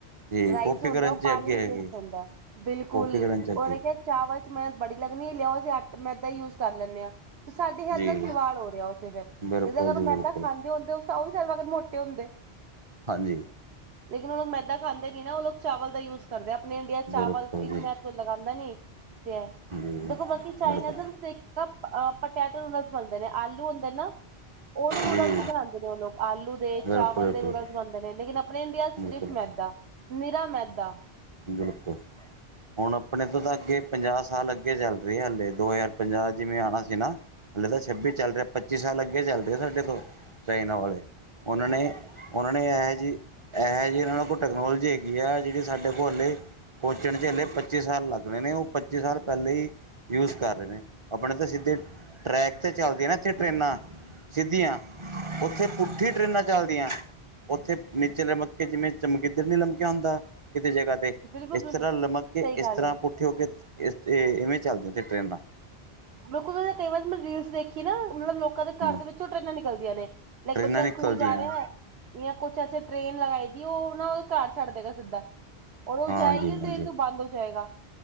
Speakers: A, on the right (about 30°); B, on the right (about 70°).
A: ਜੀ
B: ਰਾਈਸ
A: ਕਾਪੀ
B: ਹੁੰਦਾ
A: ਕਰਨ
B: ਉਹ
A: 'ਚ
B: ਪਾਣੀ
A: ਅੱਗੇ
B: ਦਾ
A: ਹੈਗੇ
B: ਬੇਸਟ ਹੁੰਦਾ ਬਿਲਕੁਲ
A: ਕਾਪੀ ਕਰਨ 'ਚ ਅੱਗੇ
B: ਉਹਨੇ ਕਿਹਾ ਚਾਵਲ ਚ ਮਿਹਨਤ ਬੜੀ ਲੱਗਣੀ ਲਿਆਓ ਅਸੀਂ ਮੈਂਦਾ ਹੀ ਯੂਜ ਕਰ ਲੈਂਦੇ ਹਾਂ। ਸਾਡੇ ਹੈਲਥ
A: ਜੀ
B: ਨਾਲ ਖਿਲਵਾੜ ਹੋ ਰਿਹਾ ਉੱਥੇ ਫਿਰ
A: ਬਿਲਕੁਲ
B: ਜ ਅਗਰ
A: ਜੀ
B: ਉਹ ਮੈਦਾ
A: ਬਿਲਕੁਲ
B: ਖਾਂਦੇ ਹੁੰਦੇ ਤਾਂ ਉਹ ਵੀ ਸਾਡੇ ਵਰਗੇ ਮੋਟੇ ਹੁੰਦੇ।
A: ਹਾਂਜੀ।
B: ਲੇਕਿਨ ਉਹ ਲੋਕ ਮੈਦਾ ਖਾਂਦੇ ਨੀ ਨਾ। ਉਹ ਲੋਕ ਚਾਵਲ ਦਾ ਯੂਜ ਕਰਦੇ। ਆਪਨੇ ਇੰਡੀਆ'ਚ ਚਾਵਲ
A: ਬਿਲਕੁਲ
B: ਇੰਨੀ
A: ਜੀ
B: ਲਗਾਉਂਦਾ ਨੀ ਤੇ ਹੈ
A: ਜੀ
B: ਦੇਖੋ, ਬਾਕੀ ਚਾਈਨਾ
A: ਬਿਲਕੁਲ
B: ਨਾ ਤੁਸੀਂ ਦੇਖ- ਪਟੈਟੋ ਨੂਡਲਸ ਬਣਦੇ ਨੇ। ਆਲੂ ਹੁੰਦੇ ਨਾ, ਉਹਦੇ ਨੂਡਲਸ
A: ਜੀ
B: ਵੀ ਬਣਾਉਂਦੇ ਨੇ ਉਹ ਲੋਕ। ਆਲੂ ਦੇ,
A: ਬਿਲਕੁਲ
B: ਚਾਵਲ
A: ਬਿਲਕੁਲ
B: ਦੇ ਨੂਡਲਸ ਬਣਦੇ ਨੇ ਲੇਕਿਨ, ਆਪਣੇ ਇੰਡੀਆ ਸਿਰਫ਼
A: ਬਿਲਕੁਲ
B: ਮੈਦਾ ਨਿਰਾ ਮੈਦਾ।
A: ਬਿਲਕੁਲ। ਹੁਣ ਆਪਣੇ ਤੋਂ ਤਾਂ ਅੱਗੇ ਪੰਜਾਹ ਸਾਲ ਅੱਗੇ ਚੱਲ ਰਹੇ ਹਾਲੇ। ਦੋ ਹਜ਼ਾਰ ਪੰਜਾਹ ਜਿਵੇਂ ਆਉਣਾ ਸੀ ਨਾ। ਹਲੇ ਤਾਂ ਛੱਬੀ ਚੱਲ ਰਿਹਾ, ਪੱਚੀ ਸਾਲ ਅੱਗੇ ਚੱਲ ਰਹੇ ਆ ਸਾਡੇ ਤੋਂ। ਚਾਈਨਾ ਵਾਲੇ। ਉਹਨਾਂ ਨੇ, ਉਹਨਾਂ ਨੇ ਇਹੋ ਜਿਹੀ ਇਹੋ ਇਹਨਾਂ ਕੋਲ ਟੈਕਨੋਲਜੀ ਹੈਗੀ ਆ, ਜਿਹੜੀ ਸਾਡੇ ਕੋਲ ਹੱਲੇ ਪਹੁੰਚਣ 'ਚ ਹੱਲੇ ਪੱਚੀ ਸਾਲ ਲਗਨੇ ਨੇ। ਉਹ ਪੱਚੀ ਸਾਲ ਪਹਿਲਾਂ ਹੀ ਯੂਸ ਕਰ ਰਹੇ ਨੇ। ਆਪਣੇ ਤਾਂ ਸਿੱਧੇ- ਟਰੈਕ ਤੇ ਚੱਲਦੀ ਨਾ ਇੱਥੇ ਟਰੇਨਾਂ। ਸਿੱਧੀਆਂ। ਉੱਥੇ ਪੁੱਠੀਆਂ ਟਰੇਨਾਂ ਚੱਲਦੀਆਂ। ਉੱਥੇ ਨੀਚੇ ਲਮਕ ਕੇ ਜਿਵੇਂ ਚਮਗਿੱਦੜ ਨੀ ਲਮਕਿਆ ਹੁੰਦਾ ਕਿਤੇ ਜਗ੍ਹਾ ਤੇ,
B: ਬਿਲਕੁਲ
A: ਇਸ
B: ਬਿਲਕੁਲ
A: ਤਰ੍ਹਾਂ ਲਮਕ
B: ਸਹੀ
A: ਕੇ ਇਸ
B: ਗੱਲ
A: ਤਰ੍ਹਾਂ
B: ਹੈ
A: ਪੁੱਠੇ ਹੋ ਕੇ, ਇਵੇਂ ਚਲਦੀਆੱ ਉੱਥੇ ਟ੍ਰੇਨਾਂ।
B: ਬਿਲਕੁਲ, ਮੈਂ ਕਈ ਵਾਰ ਮੈਂ ਰੀਲਸ ਦੇਖੀ ਨਾ ਮਤਲਬ ਲੋਕਾਂ ਦੇ
A: ਹੂੰ
B: ਘਰ ਦੇ ਵਿੱਚੋਂ ਟਰੇਨਾਂ ਨਿਕਲਦੀਆਂ ਨੇ। ਲਾਈਕ,
A: ਟ੍ਰੇਨਾਂ
B: ਬੱਚਾ
A: ਨਿਕਲਦੀਆਂ
B: ਸਕੂਲ ਜਾ ਰਿਹਾ ਏ। ਜਾਂ ਕੁਛ ਐਸੇ ਟ੍ਰੇਨ ਲਗਾਈ ਦੀ, ਉਹ ਨਾ ਉਹ ਘਰ ਛੱਡ ਦੇਗਾ ਸਿੱਧਾ। ਔਰ ਉਹ
A: ਹਾਂਜੀ
B: ਜਾਏਗੀ, ਟ੍ਰੇਨ
A: ਹਾਂਜੀ
B: ਤੋਂ ਬੰਦ ਹੋ ਜਾਏਗਾ।